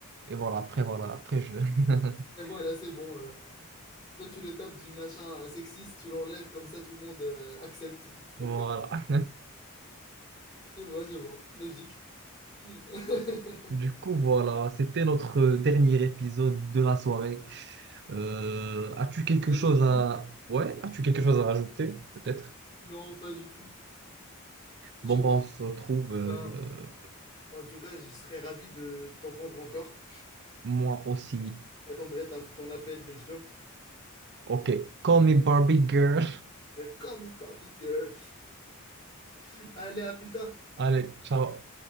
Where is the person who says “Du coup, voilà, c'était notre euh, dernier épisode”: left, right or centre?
Right